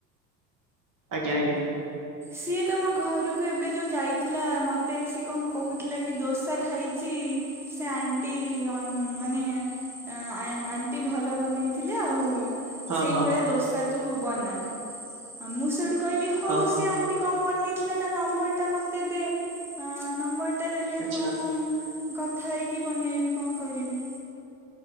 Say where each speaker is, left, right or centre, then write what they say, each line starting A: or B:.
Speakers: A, on the right; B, in the centre.
A: ଆଜ୍ଞା ଆଜ୍ଞା।
B: ସିଏ ତମ ଘରକୁ ଏବେ ଯୋଉ ଯାଇଥିଲା, ମତେ ସିଏ କଣ କହୁଥିଲା କି ଦୋସା ଖାଇଛି? ସେ ଆଣ୍ଟି ଅ-ମାନେ ଆ-ଆଣ୍ଟି ଭଲ ବନେଇଥିଲେ ଆଉ।
A: ହଁ
B: ସେଇ
A: ହଁ
B: ଭଳିଆ ଦୋସା ତୁ ବନା। ମୁଁ ସେଉଠୁ କହିଲି ହଉ।
A: ହଁ ହଁ
B: ସେ ଆଣ୍ଟି କଣ ବନେଇଥିଲା? ତା ନମ୍ବରଟା ମତେ ଦେ ନମ୍ବରଟା ଦେଲେ
A: ଆଚ୍ଛା
B: ହଁ ମୁଁ କଥା ହେଇକି ବନେଇବି କଣ କରିବି?